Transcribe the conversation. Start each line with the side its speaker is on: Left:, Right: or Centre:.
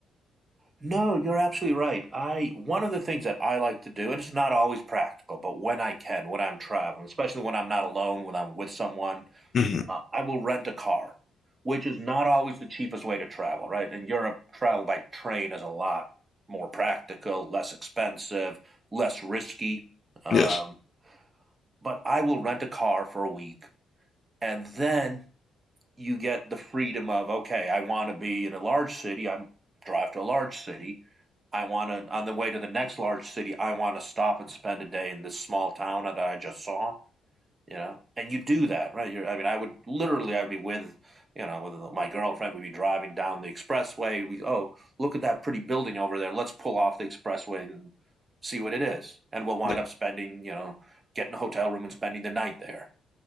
Right: No, you're absolutely right. I one of the things that I like to do, and it's not always practical, but when I can, when I'm traveling, especially when I'm not alone, when I'm with someone,
Left: hmm
Right: uh, I will rent a car, which is not always the cheapest way to travel, right? In Europe, travel by train is a lot more practical, less expensive, less risky. Um,
Left: Yes.
Right: but I will rent a car for a week, and then you get the freedom of okay, I want to be in a large city. I'm drive to a large city. I want to on the way to the next large city. I want to stop and spend a day in this small town that I just saw. You know, and you do that, right? You're, I mean, I would literally, I'd be with, you know, with my girlfriend. We'd be driving down the expressway. We, oh, look at that pretty building over there. Let's pull off the expressway and see what it is. And we'll wind
Left: Yeah.
Right: up spending, you know, getting a hotel room and spending the night there